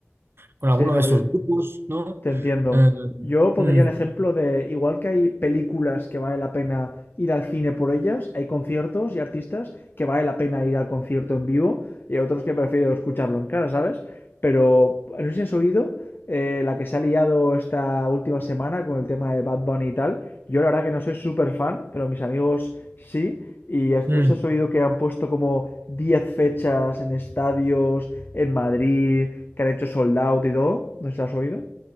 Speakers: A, on the right (about 55°); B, on the left (about 50°).
A: con
B: Sí,
A: alguno
B: no,
A: de estos
B: yo
A: grupos, ¿no?
B: Te entiendo.
A: Eh,
B: Yo pondría
A: mm,
B: el ejemplo de, igual que hay películas que vale la pena ir al cine por ellas, hay conciertos y artistas que vale la pena ir al concierto en vivo y hay otros que prefiero escucharlo en cara, ¿sabes? Pero no sé si has oído eh, la que se ha liado esta última semana con el tema de Bad Bunny y tal. Yo la verdad que no soy súper fan, pero mis amigos sí. Y has-
A: mm.
B: no sé si has oído que han puesto como 10 fechas en estadios, en Madrid, que han hecho sold out y todo. ¿No sé si has oído?